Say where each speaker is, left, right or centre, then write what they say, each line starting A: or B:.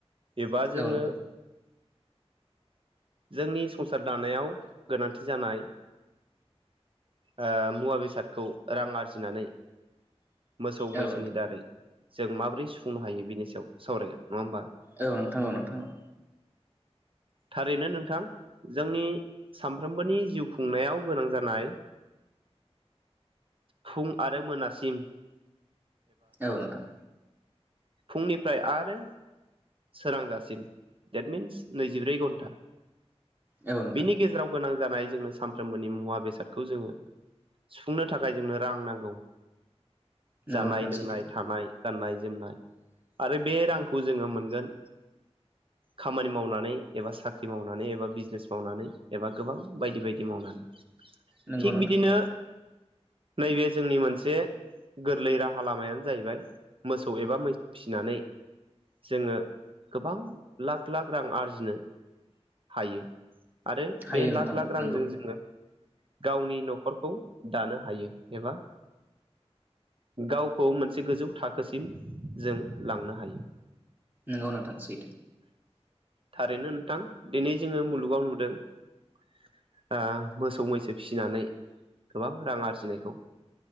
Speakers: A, on the right; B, on the right.
A: एबा जोङो
B: औ नोंथां
A: जोंनि। संसार दानायाव गोनांथि जानाय ओ मुवा बेसादखौ रां आरजिनानै मोसौ मैसोनि
B: औ नोंथां
A: दारै जों माबोरै सुफुंनो हायो बिनि सायाव सावरायगोन। नङा होमबा
B: औ नोंथां औ नोंथां औ।
A: थारैनो नोंथां। जोंनि सानफ्रोमबोनि जिउ खुंनायाव गोनां जानाय फुं आरो मोनासिम।
B: औ नोंथां।
A: फुंनि ओमफ्राय आरो सोरांजासिम। देट मिन्स नैजिब्रै घन्टा।
B: औ नोंथां
A: बिनि गेजेराव गोनां जानाय जोंनो सानफ्रामबोनि मुवा बेसादखौ जोङो सुफुंनो थाखाय जोंनो रां नांगौ।
B: नंगौ
A: जानाय
B: नोंथां
A: लोंनाय
B: सैथो
A: थानाय गाननाय जोमनाय आरो बे रांखौ जोङो मोन गोन खामानि मावनानै एबा साख्रि मावनानै एबा बिजनेस मावनानै एबा गोबां बायदि बायदि मावनानै।
B: नंगौ
A: थिक
B: नोंथां
A: बिदिनो नैबे जोंनि मोनसे गोरलै राहा लामायानो जाहैबाय मोसौ एबा मैसो फिसिनानै जोङो गोबां लाख लाख रां आरजिनो हायो। आरो
B: हायो
A: बे
B: नोंथां
A: लाख लाख रांजों
B: नंगौ
A: जोङो गावनि न'खरखौ दानो हायो एबा गावखौ मोनसे गोजौ थाखोसिम जों लांनो हायो।
B: नोंगौ नोंथां सैथो।
A: थारैनो नोंथां दिनै जोङो मुलुगाव नुदों ओ मोसौ मैसो फिसिनानै गोबां रां आरजिनायखौ।